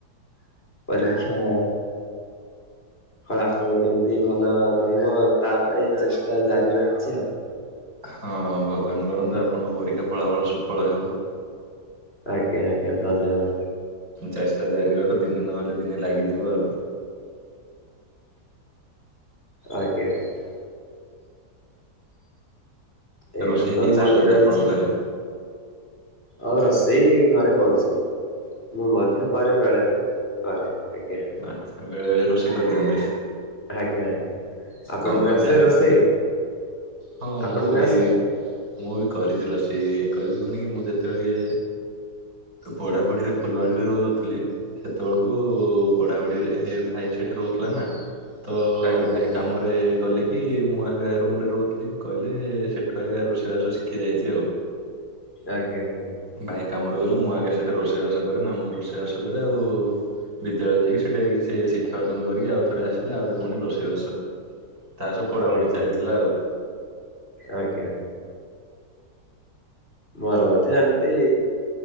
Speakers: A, on the left (about 35°); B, on the right (about 55°).
A: ପରୀକ୍ଷା ଫଳାଫଳ କେମିତି ଭଲ ରହିବ ତା ପାଇଁ ଚେଷ୍ଟା ଜାରି ରହିଛି ଆଉ।
B: ହଁ ଭଗବାନ କରନ୍ତୁ ଆପଣଙ୍କ ପରୀକ୍ଷା ଫଳାଫଳ ସୁଫଳ ହଉ।
A: ଆଜ୍ଞା ଆଜ୍ଞା ଧନ୍ୟବାଦ।
B: ଚେଷ୍ଟା ଜାରି ରଖ ଦିନେ ନହେଲେ ଦିନେ ଲାଗିଯିବ ଆଉ।
A: ଆଜ୍ଞା ଆଜ୍ଞା। ଏଇଟା
B: ରୋଷେଇ
A: ତ
B: କିଏ
A: ଚାଲି
B: କରୁଛନ୍ତି
A: ରହିଛି।
B: ଆପଣଙ୍କ ଘରେ?
A: ଆଉ ରୋଷେଇ ଘରେ କରୁଛନ୍ତି। ମୁଁ ମଧ୍ୟ କରେ ବେଳେବେଳେ କରେ। ଆଜ୍ଞା।
B: ଆଛା ବେଳେ ବେଳେ ରୋଷେଇ କରିଦିଅନ୍ତି।
A: ଆଜ୍ଞା ଆଜ୍ଞା। ଆପଣଙ୍କୁ
B: କଣ କଣ
A: ଆସେ
B: ଜାଣିଚନ୍ତି?
A: ରୋଷେଇ
B: ହଁ
A: ଆପଣଙ୍କୁ
B: ମୁଁ ବି
A: ଆସେ
B: ମୁଁ ବି କରିଛି ରୋଷେଇ। କହିଲ କଣ କି ମୁଁ ଯେତେବେଳେ ପଢ଼ାପଢ଼ି ରେ ଫୁଲବାଣୀରେ ରହୁଥିଲି ସେତେବେଳକୁ ପଢାପଢ଼ିରେ ଭାଇ ସେଠି ରହୁଥିଲା ନା। ତ
A: ଆଜ୍ଞା
B: ଭାଇ
A: ଆଜ୍ଞା।
B: କାମରେ ଗଲେ କି ମୁଁ ଆଜ୍ଞା ରୁମରେ ରହୁଥିଲି କହିଲେ ସେଠୁ ଆଜ୍ଞା ରୋଷେଇବାସ ଶିଖି ଯାଇଛି ଆଉ।
A: ଆଜ୍ଞା।
B: ବାଇକ୍। କାମରେ ଗଲେ ମୁଁ ଆଜ୍ଞା ସେଇଠି ରୋଷେଇବାସ କରେ ନା ମୁଁ ରୋଷେଇବାସ କରେ ଆଉ ବିଦ୍ୟାଳୟ ଯାଇକି ସେଇଠି ଶିକ୍ଷା ଅର୍ଜନ କରିକି ଆଉ ଥରେ ଆସିଲେ ଆହୁରି ପୁଣି ରୋଷେଇବାସ ତା ସହ ପଢ଼ାପଢ଼ି
A: ଆଜ୍ଞା
B: ଚାଲିଥିଲା ଆଉ।
A: ଆଜ୍ଞା। ମୋର ମଧ୍ୟ ଏମିତି